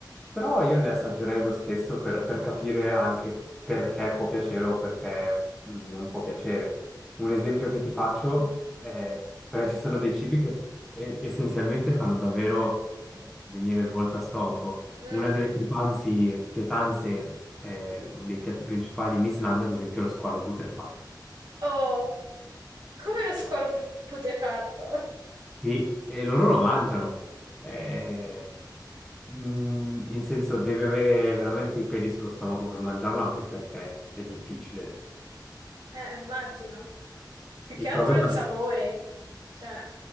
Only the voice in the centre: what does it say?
però io le assaggerei lo stesso per, per capire anche perché può piacere o perché mh, non può piacere. Un esempio che ti faccio è, perché ci sono dei cibi che s- e- essenzialmente fanno davvero eh, venire il volto a stomaco.
Una delle pietanzi- pietanze, eh, dei piatti principali in Islanda, ad esempio, è lo squalo putrefatto.
Sì, e loro lo mangiano. Eh, mm, in senso, devi avere veramente i peli sullo stomaco per mangiarlo, anche perché è difficile.
Il
problema,